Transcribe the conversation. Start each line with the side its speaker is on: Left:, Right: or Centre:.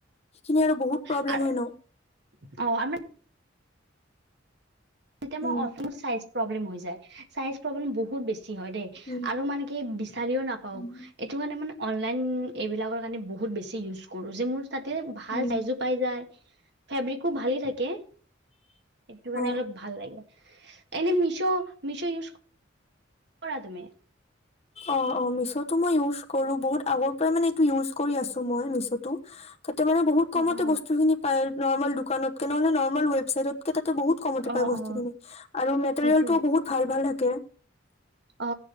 Left: সেইখিনি আৰু বহুত
Right: আৰ
Left: হয় ন
Right: আমি যেতিয়া মই
Left: উম
Right: অ চাইো প্ৰব্লেম হৈ যায় চাইজ প্ৰব্লেম বহুত বেছি। <unintelligible> হয় দেই
Left: উম
Right: আৰু মানে কি বিচাৰিও নাপাওঁ
Left: উম
Right: এইটো কাৰণে মানে অনলাইন এইবিলাকৰ কাৰণে বহুত বেছি ইউজ কৰোঁ যে মোৰ তাতে ভাল
Left: উম
Right: চাইছো পাই যাই <unintelligible> খুব ভালেই থাকে সটো কাৰণে অলপ
Left: অ
Right: ভাল এনে মিছ মিছ ইজ কৰা তুমি
Left: অ অ মিছ'টো মই ইউজ কৰো বহুত আগৰ পৰাই মানে এইটো ইউজ কৰি আছো মই মিছটো তাতে মানে বহুত কমতে
Right: অ অ
Left: বস্তু খিনি পায় নৰ্মেল দোকানতকে নহ'লে নৰ্মেল ৱেবছাইটত কটা বহুত কমতে
Right: অ
Left: পাই বস্তু
Right: অ
Left: খিনি আৰু মেটেৰিয়েল
Right: এইটোৱে
Left: টোও বহুত ভাল ভাল থ ক
Right: অ